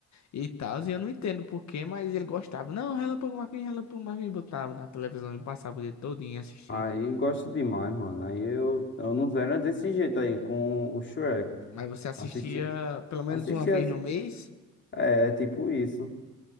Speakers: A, on the left; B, on the left.
A: e tal. E eu não entendo por quê, mas ele gostava. Não, Relâmpago McQueen, Relâmpago McQueen. Botava na televisão e passava o dia todinho assistindo.
B: Aí gosto demais, mano. Aí eu, eu não era desse jeito aí com o Shrek.
A: Mas você assistia
B: Assisti,
A: pelo menos
B: assisti,
A: uma vez
B: as-
A: no mês,
B: é é tipo isso.